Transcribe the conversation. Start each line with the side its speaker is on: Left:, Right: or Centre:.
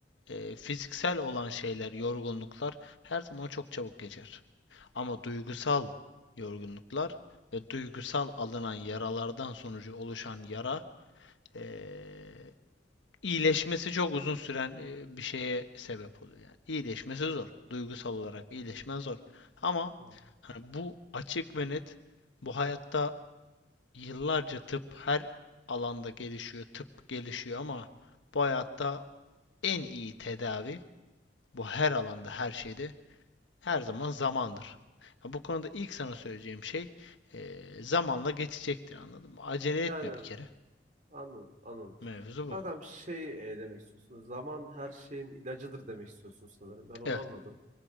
Left: eee, fiziksel olan şeyler, yorgunluklar her zaman çok çabuk geçer. Ama duygusal yorgunluklar ve duygusal alınan yaralardan sonucu oluşan yara eee, iyileşmesi çok uzun süren eee, bir şeye sebep oluyor. Yani iyileşmesi zor. Duygusal olarak iyileşme zor. Ama
Right: Evet.
Left: hani bu açık ve net bu hayatta Yıllarca tıp her alanda gelişiyor, tıp gelişiyor ama bu hayatta en iyi tedavi bu her alanda, her şeyde her zaman zamandır. Ha, bu konuda ilk sana söyleyeceğim şey eee, zamanla geçecektir anladın mı? Acele
Right: Yani
Left: etme bir kere.
Right: anladım anladım.
Left: Mevzu
Right: Kankam
Left: bu.
Right: şey e, demek istiyorsun. Zaman her şeyin ilacıdır demek istiyorsun sanırım. Ben onu
Left: Evet,
Right: anladım.